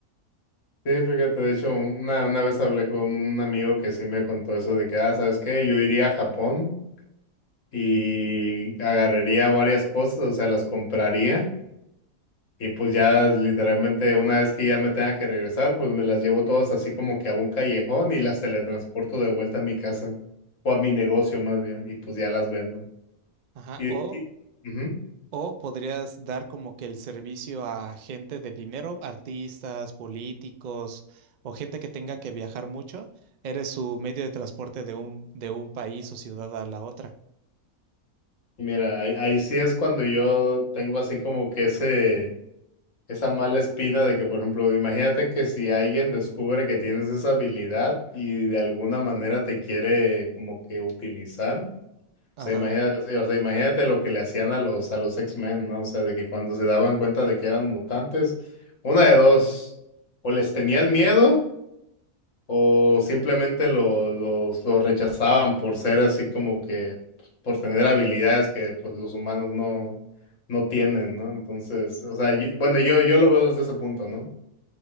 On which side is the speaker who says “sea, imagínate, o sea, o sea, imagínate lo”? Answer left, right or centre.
Left